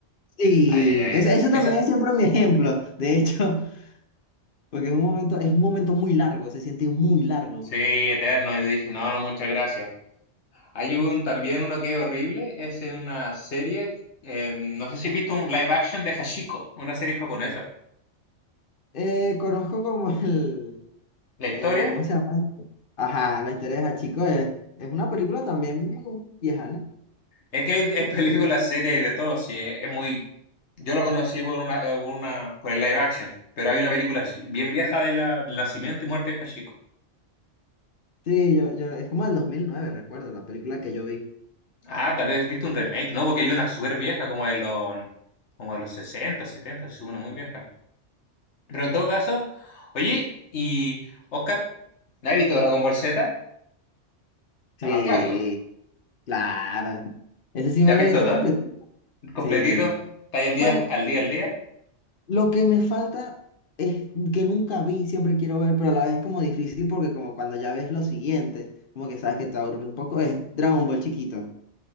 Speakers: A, on the left; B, on the left.
A: Sí,
B: ay, ay, ay.
A: eso, eso también
B: Esa,
A: es siempre mi ejemplo, de hecho, <laughs> porque es un momento, es un momento muy largo, se siente muy largo.
B: sí, eterno, y te dice, no, no, muchas gracias. Hay un también uno que es horrible, es en una serie, eh, no sé si has visto un live action de Hashiko, una serie japonesa.
A: Eh, conozco como <laughs> el,
B: La historia
A: el, ¿cómo se llama? esto? Ajá, la historia de Hachiko es, es una película también muy vieja, ¿no?
B: es que hay, <laughs> hay películas, series y de todo, sí, es muy, yo lo conocí por una, eh, una, por el live action, pero hay una película así, bien vieja de la, del nacimiento y muerte de Hashiko.
A: Sí, yo, yo, es como del 2009 recuerdo, la película que yo vi.
B: Ah, tal vez viste un remake, ¿no? Porque hay una súper vieja, como de los, como de los 60, 70, es una muy vieja. Pero en todo caso, oye, y Oscar, ¿has visto Dragon Ball Z?
A: Sí,
B: La más clásico.
A: claro. Ese sí
B: ¿Te
A: me
B: has
A: lo
B: visto
A: he visto
B: todo?
A: completo.
B: Completito.
A: Sí.
B: ¿Está ahí al día,
A: Bueno.
B: al día, al día?
A: Lo que me falta es que nunca vi, siempre quiero ver, pero a la vez es como difícil porque como cuando ya ves lo siguiente, como que sabes que te aburre un poco, es Dragon Ball chiquito.